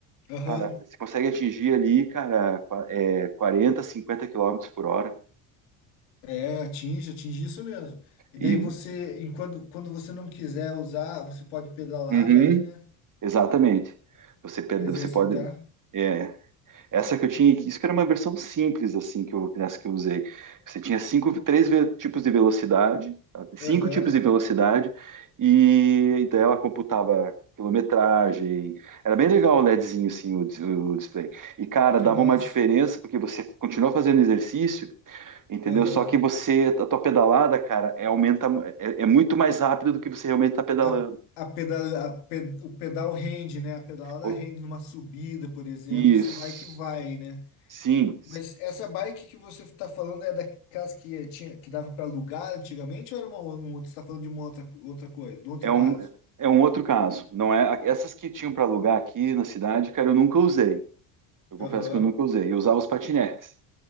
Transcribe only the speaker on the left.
aham.
É, atinge, atinge isso mesmo. E
daí você, e quando, quando você não quiser usar, você pode pedalar
daí, né?
Para
exercitar.
Aham,
que
massa.
Aham.
A, a pedala, a ped- o pedal rende, né? A pedalada
rende numa subida, por exemplo,
você vai que vai, né?
Mas essa bike que você está falando é daquelas que tinha, que dava para alugar antigamente ou era uma, um outro? Você está falando de uma outra, outra coisa, de um outro
caso?
Aham.